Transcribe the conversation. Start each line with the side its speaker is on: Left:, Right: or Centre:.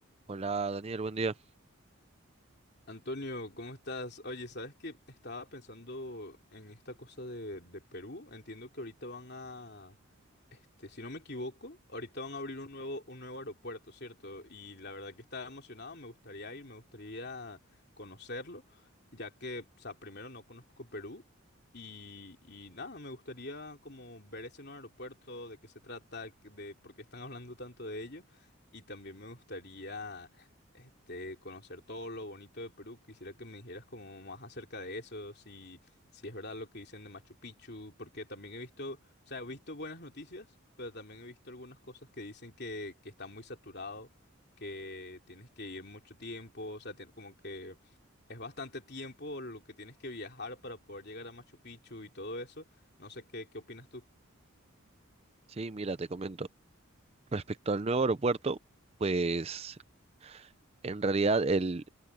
Right: Hola Daniel, buen día.
Left: Antonio, ¿cómo estás? Oye, ¿sabes qué? Estaba pensando en esta cosa de, de Perú. Entiendo que ahorita van a, este, si no me equivoco, ahorita van a abrir un nuevo, un nuevo aeropuerto, ¿cierto? Y la verdad que estaba emocionado, me gustaría ir, me gustaría conocerlo, ya que, o sea, primero no conozco Perú y, y nada, me gustaría como ver ese nuevo aeropuerto, de qué se trata, de por qué están <laughs> hablando tanto de ello. Y también me gustaría este, conocer todo lo bonito de Perú. Quisiera que me dijeras como más acerca de eso, si, si es verdad lo que dicen de Machu Picchu, porque también he visto, o sea, he visto buenas noticias, pero también he visto algunas cosas que dicen que, que está muy saturado, que tienes que ir mucho tiempo, o sea, tien- como que es bastante tiempo lo que tienes que viajar para poder llegar a Machu Picchu y todo eso. No sé qué, qué opinas tú.
Right: Sí, mira, te comento. Respecto al nuevo aeropuerto, pues en realidad el,